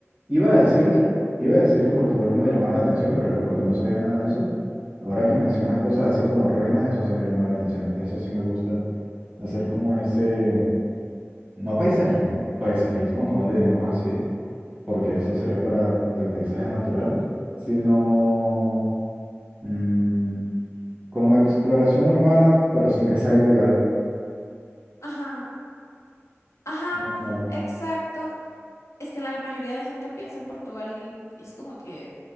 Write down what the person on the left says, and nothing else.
en
Portugal.
Ajá, ajá,
exacto. Es que la mayoría de gente piensa en Portugal y, y es como que,